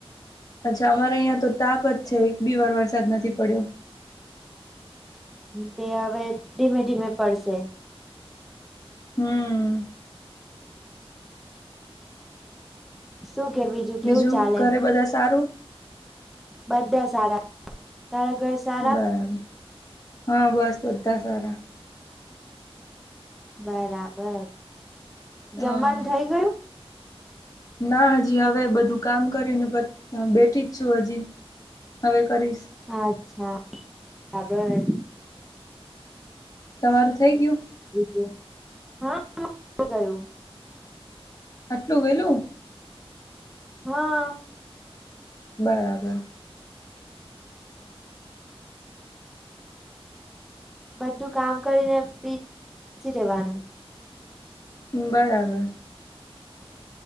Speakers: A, on the left; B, in the centre.
A: અચ્છા અમારે અહં તો તાપ જ છે એક બી વાર વરસાદ નથી પડ્યો.
B: તે આવેવે ધીમે ધીમે પડશે.
A: હમ.
B: શું કે બીજું? કેવું
A: બીજું
B: ચાલે
A: ઘરે બધા સારું?
B: બધા સારા, તાર ઘર સારા
A: બરાબર, હા બસ બધા સારા.
B: બરાબર, જમવાનું
A: હા
B: થઇ ગયું?
A: ના હજી હવે બધું કામ કરીને બેઠી જ છું હજી. હવે કરીશ.
B: અચ્છા, બરાબર.
A: તમારું થઈ ગયું?
B: બજું હા ગયું.
A: આટલું વેલું?
B: હા.
A: બરાબર.
B: બધું કામ કરીને ફ્રી ચી જવાનું.
A: બરાબર.